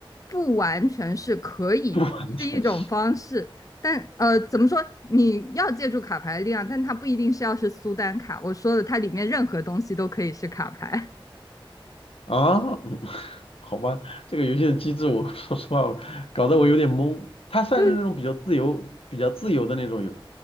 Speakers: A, on the left (about 40°); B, on the left (about 90°).
A: 不完全是可以，
B: 不完全是
A: 是一种方式，但呃，怎么说？你要借助卡牌的力量，但它不一定是要是苏丹卡。我说的，它里面任何东西都可以是卡牌。
B: 啊，嗯，<laughs> 好吧，这个游戏的机制我，<laughs> 说实话，我搞得我有点懵。它算是那种比较自由、
A: <laughs>
B: 比较自由的那种游，